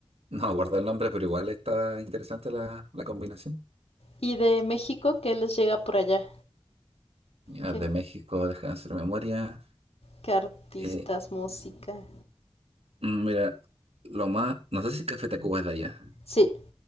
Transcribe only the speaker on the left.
¿Y de México qué les llega por allá?
¿Qué,
qué artistas,
música?
Sí.